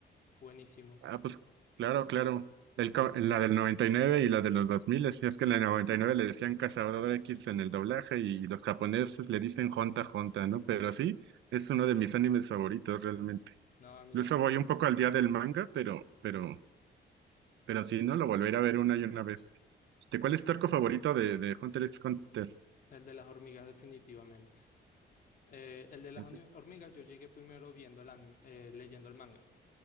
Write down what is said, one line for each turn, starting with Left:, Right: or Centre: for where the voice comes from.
Left: Es buenísimo.
Right: Ah, pues claro, claro. El co- la del noventa y nueve y la de los 2000, si es que en la 99 le decían Cazador X en el doblaje y los japoneses le dicen Honta Honta, ¿no? Pero sí, es uno de mis animes favoritos realmente.
Left: No, a mí
Right: Incluso
Left: también.
Right: voy
Left: me-
Right: un poco al día del manga, pero, pero, pero sí, ¿no? Lo volveré a ver una y una vez. ¿De cuál es tu arco favorito de, de Hunter x Hunter?
Left: El de las hormigas, definitivamente. Eh, el de las
Right: Es-
Left: oni- hormigas, yo llegué primero viendo el anime, eh, leyendo el manga,